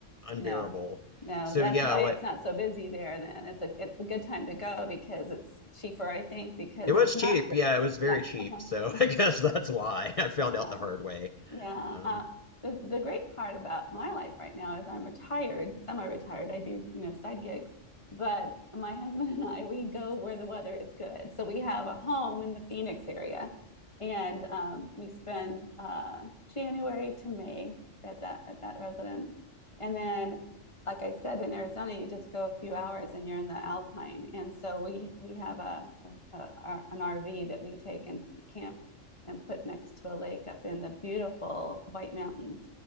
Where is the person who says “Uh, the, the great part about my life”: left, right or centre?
Left